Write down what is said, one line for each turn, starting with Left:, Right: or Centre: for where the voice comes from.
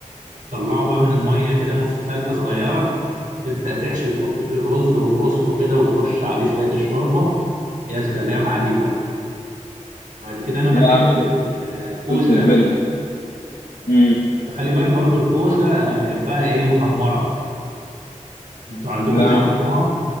Right: طلعه بقى من الميه كده نص سلقه صغيره تبدا تحشي وتحط فيه الرز وترصه كده وترش عليه شويه الشوربه يا سلام عليك بقى بعد كده انا بحب
Left: يا عم
Right: الكوسه
Left: قلت البلدي امم
Right: خلي بالك برضو الكوسه انا بحبها ايه محمره انتوا عندكم
Left: لا
Right: بتحمروها